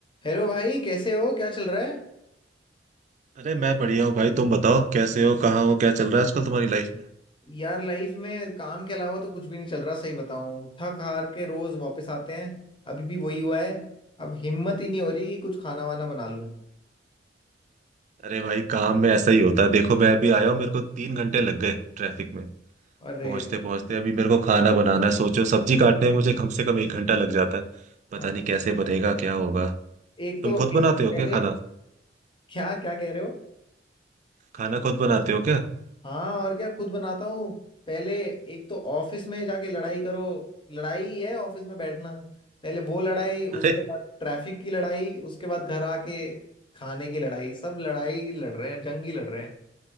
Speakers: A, on the left; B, on the right.
A: Hello भाई कैसे हो क्या चल रहा है
B: अरे मैं बढ़िया हूँ भाई तुम बताओ कैसे हो कहाँ हो क्या चल रहा है आजकल तुम्हारी लाइफ में
A: यार लाइफ में काम के अलावा तो कुछ भी नहीं चल रहा सही बताऊं थक हार के रोज वापस आते हैं अभी भी वही हुआ है अब हिम्मत ही नहीं हो रही कि कुछ खाना वाना बना लूं
B: अरे भाई काम में ऐसा ही होता है देखो मैं अभी आया हूँ मेरे को तीन घंटे लग गए ट्रैफिक में
A: अरे
B: पहुंचते पहुंचते अभी मेरे को खाना बनाना है सोचो सब्जी काटने में मुझे कम से कम एक घंटा लग जाता है पता
A: हाँ
B: नहीं कैसे बनेगा क्या होगा
A: एक
B: तुम
A: तो
B: खुद
A: एक
B: बनाते
A: तो
B: हो
A: पहले
B: क्या खाना
A: क्या क्या कह रहे हो
B: खाना खुद बनाते हो क्या
A: हाँ और क्या खुद बनाता हूँ पहले एक तो ऑफिस में जाके लड़ाई करो लड़ाई ही है ऑफिस में बैठना पहले वो लड़ाई उसके
B: अरे
A: बाद ट्रैफिक की लड़ाई उसके बाद घर आके खाने की लड़ाई सब लड़ाई लड़ रहे हैं जंग ही लड़ रहे